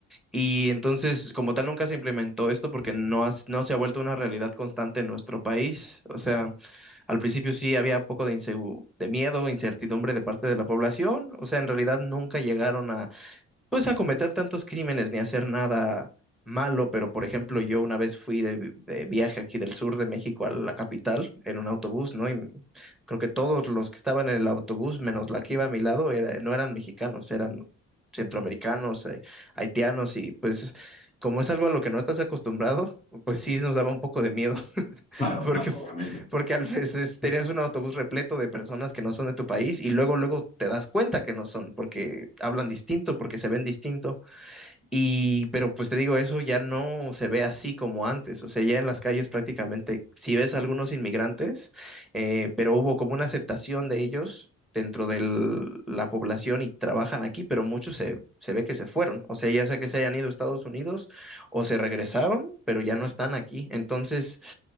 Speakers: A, in the centre; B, on the left.
A: Y entonces, como tal, nunca se implementó esto porque no, has- no se ha vuelto una realidad constante en nuestro país. O sea... Al principio sí había un poco de, insegu- de miedo, incertidumbre de parte de la población. O sea, en realidad nunca llegaron a, pues, a cometer tantos crímenes ni a hacer nada malo. Pero, por ejemplo, yo una vez fui de, vi- de viaje aquí del sur de México a la capital en un autobús, ¿no? Y m- creo que todos los que estaban en el autobús, menos la que iba a mi lado, era- no eran mexicanos, eran centroamericanos, eh, haitianos. Y pues, como es algo a lo que no estás acostumbrado, pues sí nos daba un poco de miedo.
B: claro,
A: Porque,
B: claro,
A: <laughs>
B: obviamente.
A: porque a veces tenías un autobús repleto de personas que no son de tu país y luego, luego te das cuenta que no son, porque hablan distinto, porque se ven distinto. Y, pero pues te digo, eso ya no se ve así como antes. O sea, ya en las calles prácticamente si ves algunos inmigrantes, eh, pero hubo como una aceptación de ellos dentro de la población y trabajan aquí, pero muchos se, se ve que se fueron. O sea, ya sea que se hayan ido a Estados Unidos o se regresaron, pero ya no están aquí. Entonces,